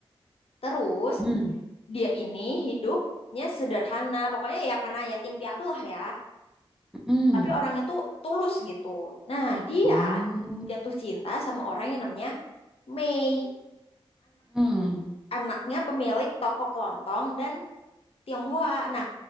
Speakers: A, on the left; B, in the centre.
A: Terus
B: hmm,
A: dia ini hidupnya sederhana, pokoknya ya karena yatim piatu lah ya.
B: hmm.
A: Tapi orangnya tuh tulus gitu. Nah, dia
B: Oh.
A: jatuh cinta sama orang yang namanya Mei,
B: Hmm,
A: anak-anaknya pemilik toko kelontong dan Tionghoa. Nah,